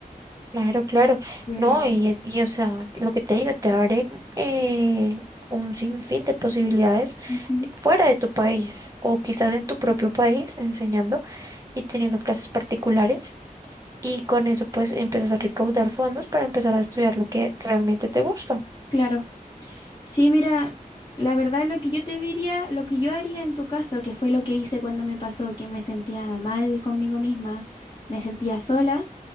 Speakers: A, on the right; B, on the left.
A: claro, claro.
B: Pero,
A: No, y, es- y, o sea, lo que te digo, te abre eh, un sinfín de posibilidades
B: ujú.
A: fuera de tu país o quizás en tu propio país enseñando y teniendo clases particulares. y con eso pues empiezas a recaudar fondos para empezar a estudiar lo que realmente te gusta.
B: Claro. Sí, mira, la verdad lo que yo te diría, lo que yo haría en tu caso, que fue lo que hice cuando me pasó, que me sentía mal conmigo misma, me sentía sola,